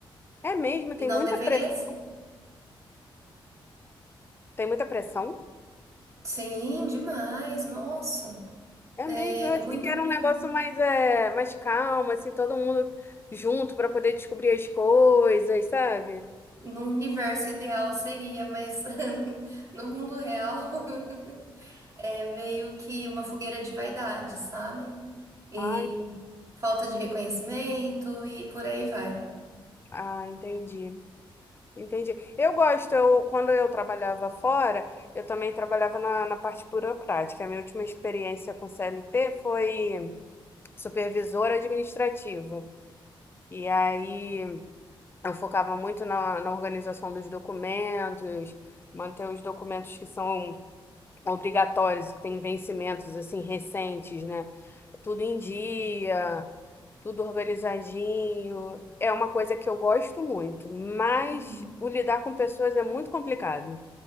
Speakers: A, on the left (about 25°); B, on the right (about 35°).
A: É mesmo,
B: e
A: tem
B: não
A: muita
B: deveria
A: pressão.
B: ser.
A: Tem muita pressão?
B: Sim, demais, nossa.
A: É
B: É,
A: mesmo, eu
B: é
A: achei
B: muito
A: que era
B: comum.
A: um negócio mais, é, mais calmo, assim, todo mundo junto para poder descobrir as coisas, sabe?
B: No universo ideal seria, mas <laughs> no mundo real <laughs> é meio que uma fogueira de vaidade, sabe? E
A: Ai, pô.
B: falta de reconhecimento e por aí vai.
A: ah, entendi. Entendi. Eu gosto, eu, quando eu trabalhava fora, eu também trabalhava na, na parte burocrática. A minha última experiência com CLT foi supervisora administrativa. E aí eu focava muito na, na organização dos documentos, manter os documentos que são obrigatórios, que têm vencimentos assim recentes, né? Tudo em dia, tudo organizadinho. É uma coisa que eu gosto muito, mas
B: Uhum.
A: o lidar com pessoas é muito complicado.